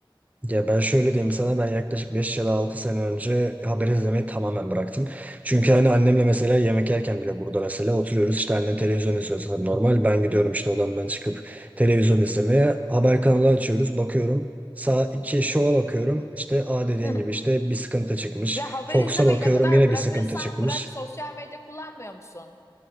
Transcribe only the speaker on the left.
<laughs>
Ya haber
izlemeyi
ne kadar
bırakırsan
bırak sosyal medya kullanmıyor musun?